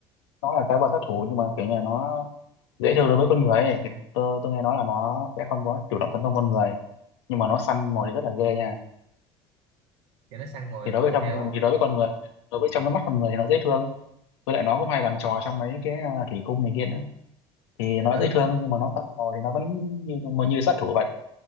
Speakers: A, on the left; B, on the right.
A: nó là cá voi sát thủ nhưng mà kiểu như là nó dễ thương đối với con người ấy. tôi tôi nghe nói là nó sẽ không có chủ động tấn công con người nhưng mà nó săn mồi thì rất là ghê nha
B: thì nó săn mồi
A: thì đối
B: thường
A: với trong
B: theo
A: thì đối với con người đối
B: ừ,
A: với trong cái mắt con người thì nó dễ thương với lại nó cũng hay làm trò trong mấy cái à, thủy cung này kia nữa thì
B: kiểu
A: nó
B: nó
A: dễ thương nhưng mà nó săn hồ thì nó vẫn như mà như sát thủ vậy